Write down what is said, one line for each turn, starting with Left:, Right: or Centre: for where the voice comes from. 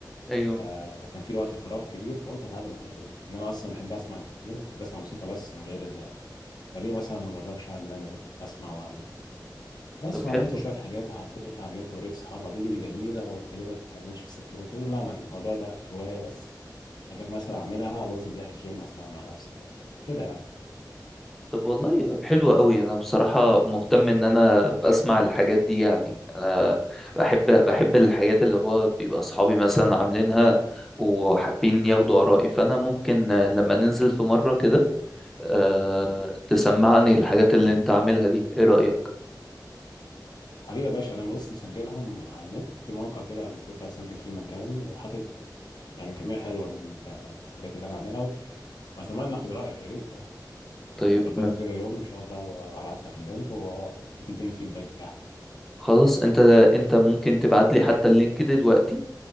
Centre: ايوه
Left: آه كان في وقت فراغ كبير فقلت اتعلم الحته دي ان انا اصلا بحب اسمع كتير بحب اسمع موسيقى بس من غير ال فليه مثلا ما اجربش اعمل انا ايه اسمع واعمل بس
Centre: طب حلو
Left: وعملت شويه حاجات وحطيتها على النت ووريت اصحابي قالوا لي دي جميله وانت ليه ما تكملش في السكه دي؟ قلت لهم لا انا الموضوع ده هوايه بس حاجات مثلا اعملها وانزل بيها الجيم اسمعها مع نفسي كده كده يعني
Centre: طب والله حلو قوي انا بصراحة مهتم ان انا اسمع الحاجات دي يعني انا بحب بحب الحاجات اللي هو بيبقى اصحابي مثلا عاملينها وحابين ياخدوا ارائي فانا ممكن آه، لما ننزل في مرة كده أه تسمعني الحاجات اللي انت عاملها دي ايه رأيك
Left: حبيبي يا باشا انا بص مسجلهم على النت في موقع كده يعني تنفع تسجل فيه مجانا وحاطط يعني كميه حلوه من الحاجات اللي انا عاملها واتمنى اخد رايك يا ريت اه
Centre: طيب
Left: نظبطه
Centre: ما في-
Left: كده يوم ان شاء الله وهبعت لك اللينك و... آه، وتديني الفيدباك بتاعك
Centre: خلاص انت انت ممكن تبعت لي حتى اللينك دلوقتي